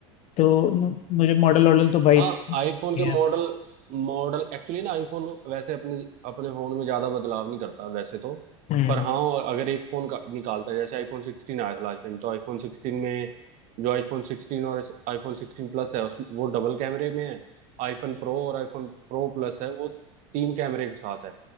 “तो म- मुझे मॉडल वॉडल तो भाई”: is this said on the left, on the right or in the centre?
Left